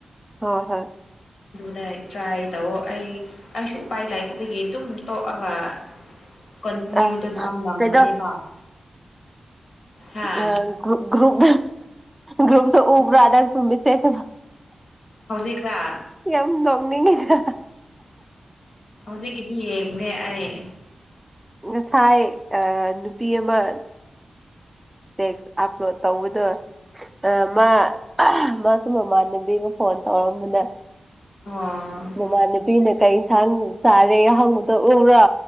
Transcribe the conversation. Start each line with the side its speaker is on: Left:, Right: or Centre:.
Centre: ꯍꯣꯏ ꯍꯣꯏ
Left: ꯑꯗꯨꯗ ꯇ꯭ꯔꯥꯏ ꯇꯧꯑꯣ ꯑꯩ ꯑꯩꯁꯨ ꯎꯄꯥꯏ ꯂꯩꯇꯕꯒꯤ ꯑꯗꯨꯝ ꯇꯣꯛꯑꯒ ꯀ‌ꯟꯇꯤꯅ꯭ꯌꯨꯗ
Centre: ꯑ
Left: ꯅꯝ ꯅꯝꯕꯅꯦꯕ
Centre: ꯀꯩꯅꯣ
Left: ꯍꯥ
Centre: ꯎꯝ ꯒ꯭ꯔꯨꯞ ꯒ꯭ꯔꯨꯞ ꯒ꯭ꯔꯨꯞꯇ ꯎꯕ꯭ꯔꯥ ꯅꯪꯁꯨ ꯃꯦꯁꯦꯖ ꯃꯌꯥꯝ
Left: ꯍꯧꯖꯤꯛꯂꯥ
Centre: ꯌꯥꯝ ꯅꯣꯛꯅꯤꯡꯉꯤꯗ
Left: ꯍꯧꯖꯤꯛꯀꯤꯗꯤ ꯌꯦꯡꯗ‌ꯦ ꯑꯩ
Centre: ꯉꯁꯥꯏ ꯑ ꯅꯨꯄꯤ ꯑꯃ ꯇꯦꯛꯁ ꯑꯞꯂꯣꯗ ꯇꯧꯕꯗꯣ ꯑ ꯃꯥ ꯃꯥꯁꯨ ꯃꯃꯥꯟꯅꯕꯤꯒ ꯐꯣꯟ ꯇꯧꯔꯝꯕꯅꯦ
Left: ꯎꯝ
Centre: ꯃꯃꯥꯟꯕꯤꯅ ꯀꯩ ꯏꯟꯁꯥꯡ ꯆꯥꯔꯦ ꯍꯪꯕꯗꯨ ꯎꯕ꯭ꯔꯥ